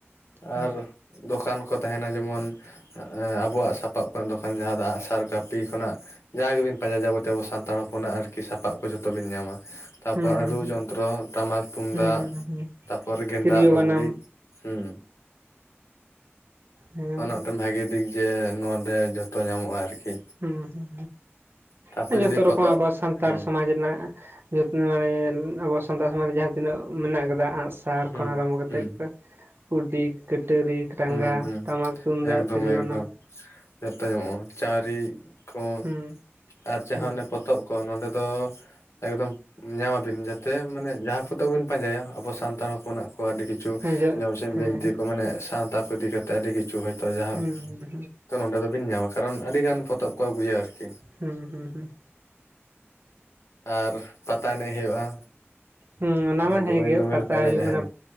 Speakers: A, on the left; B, on the right.
A: ᱟᱨ
B: ᱦᱩᱸ
A: ᱫᱚᱠᱟᱱ ᱠᱚ ᱛᱟᱦᱮᱱᱟ ᱡᱮᱢᱚᱱ ᱟᱸ ᱟᱵᱚᱣᱟᱜ ᱥᱟᱯᱟᱵ ᱠᱷᱚᱱᱟᱜ ᱫᱚᱠᱟᱱ ᱡᱟᱦᱟᱸ ᱫᱚ ᱟᱸᱜᱥᱟᱨ ᱠᱟᱹᱯᱤ ᱠᱷᱚᱱᱟᱜ ᱡᱟ ᱜᱮᱵᱤᱱ ᱯᱟᱸᱡᱟᱭ ᱡᱟᱵᱚᱛᱤᱭ ᱟᱵᱚ ᱥᱟᱱᱛᱟᱲ ᱦᱚᱯᱚᱱᱟᱜ ᱟᱨᱠᱤ ᱥᱟᱯᱟᱵ ᱠᱚ ᱡᱚᱛᱚ ᱵᱤᱱ ᱧᱟᱢᱟ ᱛᱟᱯᱚᱨ
B: ᱦᱩᱸ ᱦᱩᱸ
A: ᱨᱩ ᱡᱚᱱᱛᱨᱚ ᱴᱟᱢᱟᱠ ᱛᱩᱢᱫᱟᱜ
B: ᱦᱩᱸ ᱦᱩᱸ ᱦᱩᱸ
A: ᱛᱟᱨᱯᱚᱨ ᱜᱮᱸᱫᱟᱜ
B: ᱛᱤᱨᱭᱳ
A: ᱞᱩᱜᱽᱲᱤᱡ
B: ᱵᱟᱱᱟᱢ
A: ᱦᱩᱸ
B: ᱦᱮᱸ
A: ᱚᱱᱟ ᱢᱤᱫᱴᱮᱱ ᱵᱷᱟᱜᱤ ᱫᱤᱠ ᱡᱮ ᱱᱚᱰᱮ ᱡᱷᱚᱛᱚ ᱧᱟᱢᱚᱜ-ᱟ ᱟᱨᱠᱤ
B: ᱦᱩᱸ ᱦᱩᱸ
A: ᱛᱟᱯᱚᱨ
B: ᱦᱩᱸ ᱡᱷᱚᱛᱚ
A: ᱡᱩᱫᱤ
B: ᱨᱚᱠᱚᱢᱟᱜ
A: ᱯᱚᱛᱚᱵ
B: ᱟᱵᱚ ᱥᱟᱱᱛᱟᱲ
A: ᱦᱮᱸ
B: ᱥᱚᱢᱟᱡᱽ ᱨᱮᱱᱟᱜ ᱡᱚᱛᱧ ᱵᱟᱲᱟᱭᱟ ᱟᱵᱚ ᱥᱟᱱᱛᱟᱲ ᱥᱚᱢᱟᱡᱽ ᱨᱮ ᱡᱟᱦᱟᱸ ᱛᱤᱱᱟᱹᱜ ᱢᱮᱱᱟᱜ ᱠᱟᱫᱟ ᱟᱸᱜ ᱥᱟᱨ
A: ᱦᱩᱸ
B: ᱠᱷᱚᱱ ᱟᱨᱟᱢᱵᱚ ᱠᱟᱛᱮᱫ
A: ᱦᱩᱸ
B: ᱠᱩᱰᱤ ᱠᱟᱹᱴᱟᱹᱨᱤ ᱴᱟᱸᱜᱟ
A: ᱦᱩᱸ ᱦᱩᱸ
B: ᱴᱟᱢᱟᱠ ᱛᱩᱢᱫᱟᱜ
A: ᱮᱠᱫᱚᱢ
B: ᱛᱤᱨᱣᱟᱹ
A: ᱮᱠᱫᱚᱢ
B: ᱵᱟᱱᱟᱢ
A: ᱡᱚᱛᱚ ᱧᱟᱢᱚᱜ-ᱟ ᱪᱟᱣᱨᱤᱫ ᱠᱚ
B: ᱦᱩᱸ
A: ᱟᱨ ᱡᱟᱦᱟ
B: ᱦᱮᱸ
A: ᱚᱱᱮ ᱯᱚᱛᱚᱵ ᱠᱚ ᱱᱚᱰᱮ ᱫᱚ ᱮᱠᱫᱚᱢ ᱧᱟᱢᱟᱵᱤᱱ ᱡᱟᱛᱮ ᱢᱟᱱᱮ ᱡᱟᱦᱟᱸ ᱠᱚᱫᱚᱵᱤᱱ ᱯᱟᱸᱡᱟᱭᱟ ᱟᱵᱚ ᱥᱟᱱᱛᱟᱲ ᱦᱚᱯᱚᱱᱟᱜ ᱠᱚ ᱟᱹᱰᱤ ᱠᱤᱪᱷᱩ
B: ᱦᱮᱸ ᱡᱚ
A: ᱡᱚᱢᱥᱤᱢ
B: ᱦᱮᱸ
A: ᱵᱤᱱᱛᱤ ᱠᱚ ᱢᱟᱱᱮ ᱥᱟᱶᱛᱟ ᱠᱚ ᱤᱫᱤ ᱠᱟᱛᱮ ᱟᱹᱰᱤ ᱠᱤᱪᱷᱩ ᱠᱤᱪᱷᱩ ᱦᱚᱭᱛᱳ ᱡᱟᱦᱟᱸ
B: ᱦᱩᱸ ᱦᱩᱸ
A: ᱱᱚᱰᱮ ᱫᱚᱵᱤᱱ ᱧᱟᱢᱟ ᱠᱟᱨᱚᱱ ᱟᱹᱰᱤᱜᱟᱱ ᱯᱚᱛᱚᱵ ᱠᱚ ᱟᱹᱜᱩᱭᱟ ᱟᱨᱠᱤ
B: ᱦᱩᱸ ᱦᱩᱸ ᱦᱩᱸ
A: ᱟᱨ ᱯᱟᱛᱟ ᱮᱱᱮᱡ ᱦᱩᱭᱩᱜ-ᱟ
B: ᱦᱩᱸ ᱚᱱᱟ
A: ᱚᱱᱮ
B: ᱢᱟ
A: ᱫᱳᱢᱮᱞ
B: ᱦᱮᱸᱜᱮ
A: ᱫᱳᱢᱮᱞ
B: ᱯᱟᱛᱟ
A: ᱠᱚ ᱮᱱᱮᱡ
B: ᱦᱩᱭᱩᱜ
A: ᱦᱚᱸ
B: ᱚᱱᱟ